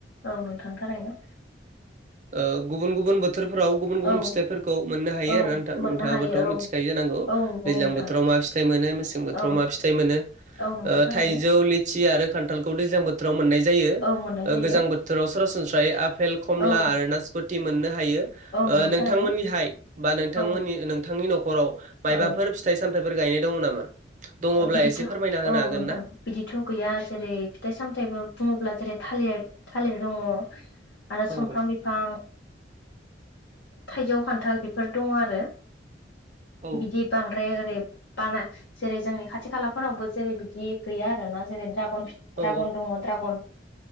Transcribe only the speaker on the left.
औ नोंथां थारैनो
औ
औ
मोननो
हायो औ
औ
औ नोंथां
औ
औ नंगौ
थारैनो
औ मोननाय जायो
औ
औ नंगौ
थारैनो
औ
औ
बिदिथ'
औ
नोंथां
बिदिथ' गैया जेरै फिथाइ सामथायाइबो बुङोब्ला जेरै थालिर थालेर दङ आरो
सुमफ्राम बिफां थाइजौ खान्थाल बेफोर दङ आरो
बिदि बांद्राय बारा जेरै जोंनि खाथि खालाफोरावबो जेरै बिदि गैया आरो ना जेरै द्रा गन द्रागन
दङ द्रागन